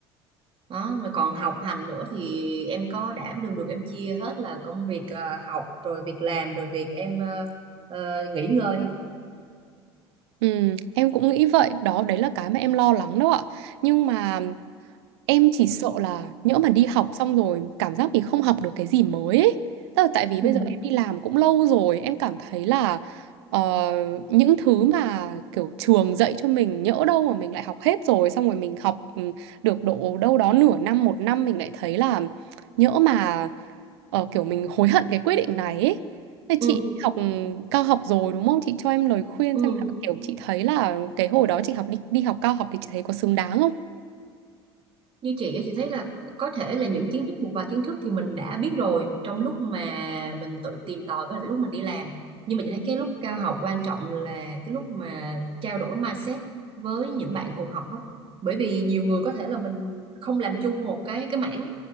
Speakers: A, on the right; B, on the right.
A: đó rồi còn học hành nữa thì em có đảm đương được em chia hết là công việc ờ, học rồi việc làm rồi việc em ờ, ờ, nghỉ ngơi hay không
B: ừ, em cũng nghĩ vậy đó đấy là cái mà em lo lắng đó ạ nhưng mà Em chỉ sợ là nhỡ mà đi học xong rồi cảm giác mình không học được cái gì mới ấy. Tức là tại vì bây
A: ừ
B: giờ em đi làm cũng lâu rồi, em cảm thấy là ờ, những thứ mà kiểu trường dạy cho mình nhỡ đâu mà mình lại học hết rồi, xong rồi mình học ừ, được độ đâu đó nửa năm, một năm mình lại thấy là nhỡ mà ờ, kiểu mình hối hận cái quyết định này ấy. Thế chị
A: ừ
B: học ừ, cao học rồi đúng không? Chị cho em lời khuyên
A: Ừ.
B: xem là kiểu chị thấy là cái hồi đó chị học đi đi học cao học thì chị thấy có xứng đáng không?
A: Như chị á, chị thấy là có thể là những kiến thức một vài kiến thức thì mình đã biết rồi trong lúc mà mình tự tìm tòi với lại lúc mình đi làm nhưng mà chị thấy cái lúc cao học quan trọng là cái lúc mà trao đổi mindset với những bạn cùng học á bởi vì nhiều người có thể là mình không làm chung một cái cái mảng